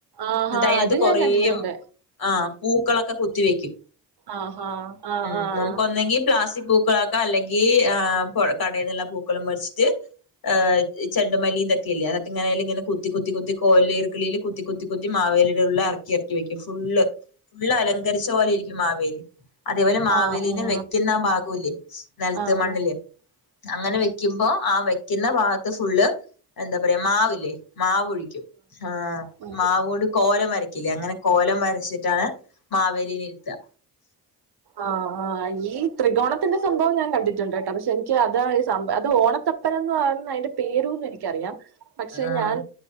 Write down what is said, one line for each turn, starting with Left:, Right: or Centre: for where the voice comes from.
Right: ആഹാ
Left: ഇന്നട്ടയ്നകത്ത്
Right: അത്
Left: കൊറേ
Right: ഞാൻ കണ്ടിട്ടുണ്ട്
Left: ആഹ് പൂക്കളൊക്കെ കുത്തിവെക്കും.
Right: ആഹാ ആഹ്
Left: ഉം
Right: ആഹ്
Left: നമുക്കൊന്നെങ്കി പ്ലാസ്റ്റിക് പൂക്കളാക്കാ അല്ലെങ്കിൽ ആ പൊഴ കടേന്ന്ള്ള പൂക്കളം മേട്ച്ചിട്ട് ഏഹ് ചെണ്ടുമല്ലിം തൊക്കെയില്ലെ അതൊക്കെങ്ങനയ്ല് ഇങ്ങനെ കുത്തി കുത്തി കുത്തി കോൽല് ഇർക്കിളീല് കുത്തി കുത്തി കുത്തി മാവേലിയുടെ ഉള്ള് എറക്കി എറക്കി വെക്കും. ഫുള്ള് ഫുള്ളലങ്കരിച്ച പോലെ ഇരിക്കും മാവേലി. അതേപോലെ മാവേലീനെ
Right: ആഹ് ആഹ്
Left: വെക്കുന്ന ആ ഭാഗൂല്ലേ നെൽത്ത്
Right: ആഹ്
Left: മണ്ണില് അങ്ങനെ വെക്കുമ്പോ ആ വെക്കുന്ന ഭാഗത്ത് ഫുള്ള് എന്താ പറയാ മാവില്ലേ മാവ് ഒഴിക്കും. ഹാ
Right: ആഹ്
Left: മാവോട് കോലം വരയ്ക്കില്ലേ. അങ്ങനെ കോലം വരച്ചിട്ടാണ് മാവേലീനെ ഇരുത്താ.
Right: ആഹ് ആഹ്. യീ ത്രികോണത്തിന്റെ സംഭവം ഞാൻ കണ്ടിട്ടുണ്ടേട്ടോ. പക്ഷെ എനിക്ക് അത് ഈ സം അത് ഓണത്തപ്പനെന്ന് പറയുന്ന അതിന്റെ പേരൂന്ന് എനിക്കറിയാം. പക്ഷെ
Left: ആഹ്
Right: ഞാൻ